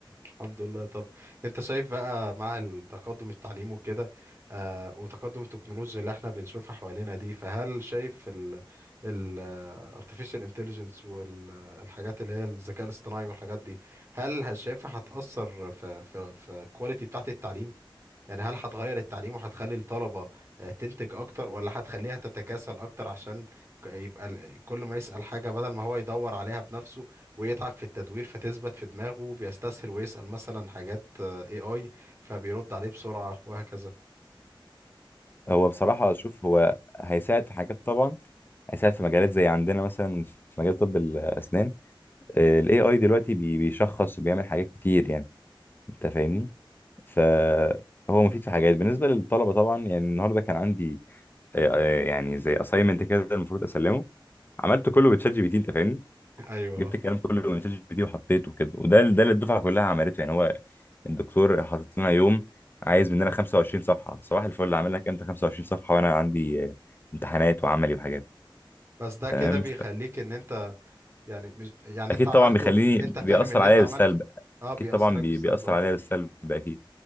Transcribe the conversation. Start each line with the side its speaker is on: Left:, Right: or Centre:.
Right: الحمد لله طب انت شايف بقى مع التقدم التعليم وكده آه وتقدم التكنولوجيا اللي احنا بنشوفها حوالينا دي فهل شايف ال ال آه، artificial intelligence والحاجات اللي هي الذكاء الاصطناعي والحاجات دي هل هل شايفها هتأثر في في في الكواليتي بتاعت التعليم يعني هل هتغير التعليم وهتخلي الطلبة آه، تنتج أكتر ولا هتخليها تتكاسل أكتر عشان ك- يبقى ال- كل ما يسأل حاجة بدل ما هو يدور عليها بنفسه ويتعب في التدوير فتثبت في دماغه بيستسهل ويسأل مثلا حاجات آه، AI فبيرد عليه بسرعة وهكذا
Left: هو بصراحة شوف هو هيساعد في حاجات طبعا هيساعد في مجالات زي عندنا مثلا في مجال طب الأسنان آه، ال AI دلوقتي بي- بيشخص وبيعمل حاجات كتير يعني أنت فاهمني فهو مفيد في حاجات بالنسبة للطلبة طبعا يعني النهاردة كان عندي آه، آه، يعني زي assignment كده المفروض أسلمه عملته كله بتشات جي بي تي أنت فاهمني
Right: أيوه
Left: جبت
Right: آه.
Left: الكلام كله من شات جي بي تي وحطيته كده وده ده اللي الدفعه كلها عملته يعني هو الدكتور حاطط لنا يوم عايز مننا 25 صفحه صباح الفل عامل لك امتى 25 صفحه وانا عندي آه، امتحانات وعملي وحاجات
Right: بس ده
Left: تمام
Right: كده بيخليك
Left: ف-
Right: إن أنت يعني مش يعني
Left: اكيد
Right: أنت عملته
Left: طبعا بيخليني
Right: أنت فاهم
Left: بيأثر
Right: اللي
Left: عليا
Right: أنت
Left: بالسلب
Right: عملته أه
Left: اكيد
Right: بيأثر
Left: طبعا
Right: عليك
Left: بي-
Right: بالسلب
Left: بيأثر
Right: أه
Left: عليا بالسلب اكيد